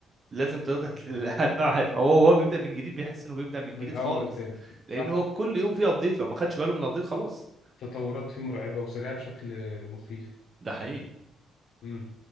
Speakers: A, on the right; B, on the left.
A: لازم تقدر تل- <laughs> هتقع- هو هو بيبدا من جديد بيحس انه بيبدا من
B: من
A: جديد
B: الاول
A: خالص
B: تاني صح
A: لان هو كل يوم فيه ابديت لو ما خدش باله من الابديت خلاص
B: تطورات فيه مرعبه وسريعه بشكل مخيف
A: ده حقيقي
B: مم.